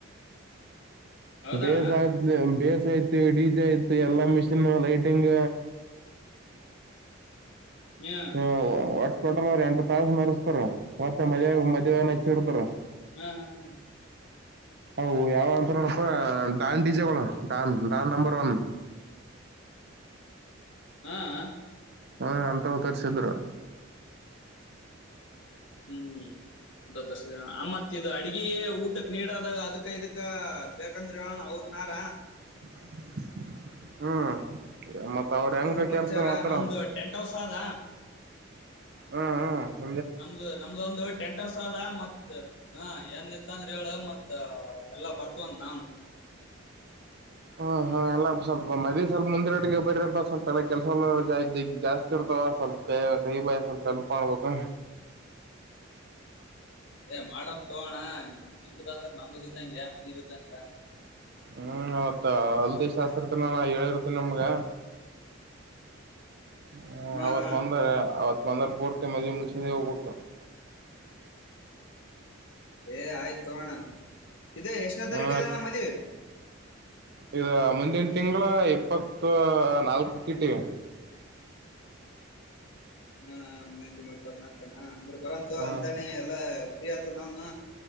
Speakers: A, on the left; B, on the right.
A: ಹೌದಣ್ಣ
B: ಬೇಸ್ ಆ ಬೇಸ್ ಐತ್ ಡಿ ಜೆ ಐತ್ತೆ ಎಲ್ಲಾ ಮಿಷಿನ್ ಲೈಟಿಂಗ್
A: ಹ್ಮ
B: ಹ ಒಟ್ಟ ಟೋಟಲ್ ಅವ್ರ ಎಂಟು ತಾಸ ಮರೆಸ್ತಾರ ಮತ್ತೆ ಮದ ಮದ್ ಹಚ್ಚಿಡ್ತಾರ
A: ಹ್ಮ್ ಹ್ಮ್
B: ಅವು ಯಾವ ಅಂತ ನೋಡಪ್ಪಾ ಡ್ಯಾನ್ ಡೀಜೆ ಗಳು ಡಾನ್ ಡಾನ್ ನಂಬರ್ ಒನ್
A: ಹ ಹ
B: ಹ್ಮ ಅಂತವ್ ತರ್ಸಿದ್ರು
A: ಹ್ಮ್ ಅಂತವ್ ತರ್ಸಿದ್ರು ಆ ಮತ್ ಇದು ಅಡಗೆೇ ಊಟಕ್ ನೀಡ ಅದ ಅದಕ್ಕ ಇದಕ್ಕ ಬೇಕಂದ್ರೆ ಹೇಳಣ ಅವ್ರನಾರ
B: ಹ್ಮ್ ಮತ್ತ ಅವ್ರ
A: ಅವ್ರನು
B: ಹೆಂಗ
A: ಪರಿಚಾರ
B: ಕೆಲ್ಸ ಮಾಡ್ತಾರ
A: ನಮ್ದ
B: ಅಂತ
A: ಟೆಂಟ್ ಹೌಸ್ ಆದ
B: ಹ್ಮ್ ಹ್ಮ
A: ನಮ್ದು ನಮ್ದ ಒಂದು ಟೆಂಟ್ ಹೌಸ್ ಅದ ಮತ್ ಹ ಏನಿತ್ತು ಅಂದ್ರೆ ಹೇಳ ಮತ್ ಎಲ್ಲಾ ಬರ್ತವಂದ ನಾವನ್
B: ಹ ಹ ಎಲ್ಲಾ ಸ್ವಲ್ಪ ಮದಿ ಸ್ವಲ್ಪ ಮುಂದೆ ರಟ್ಟಿಗೆ ಬರ್ರಪ್ಪಾ ಸ್ವಲ್ಪ ಎಲ್ಲ ಕೆಲಸ ಜಾಸ್ತಿ ಇರ್ತವ ಸ್ವಲ್ಪ ಕೈ ಬಾಯ ಸ್ವಲ್ಪ ಎಲ್ಲ ಹೆಲ್ಪ್ ಆಗಬೇಕು
A: ಏ ಮಾಡನ್ ತಗೋಣ ನಿಮ್ದ ಅಂದ್ರ ನಮದ ಇದ್ದಂಗೆ ಮನೆದು ಇದ್ದಂಗ
B: ಹ್ಮ್ ಅವತ್ತ ಹಲ್ದಿ ಶಾಸ್ತ್ರದನಾನಾ ಹೇಳಿರ್ತೀನಿ ನಿಮ್ಗ
A: <inaudible>
B: ಹ್ಮ
A: ಹಾ
B: ಅವತ್
A: ಹಾ
B: ಬಂದ ಅವತ್. ಬಂದ್ರ ಪೂರ್ತಿ ಮನಿ ಮುಚ್ಕೊಂಡೆ ಹೋಗಬೇಕ್.
A: ಏ ಆಯ್ತು ತೊಗೊ ಅಣ್ಣ ಇದ ಎಷ್ಟನೇ ತಾರೀಕ
B: ಹ
A: ಆದ ಅಣ್ಣ ಮದುವಿ.
B: ಇದ ಮುಂದಿನ ತಿಂಗಳ ಇಪ್ಪತ್ತು ನಾಲ್ಕ ಇಟ್ಟಿವ
A: ಹ ಮುಂದೇ ತಿಂಗ್ಳ ಇಪ್ಪತ್ನಾಕಣ ಅಂದ್ರೆ ಬರಂತು
B: ಹ್ಮ್
A: ಅಲ್ತಾನೆ ಎಲ್ಲಾ ಫ್ರೀ ಆತು ನಾನು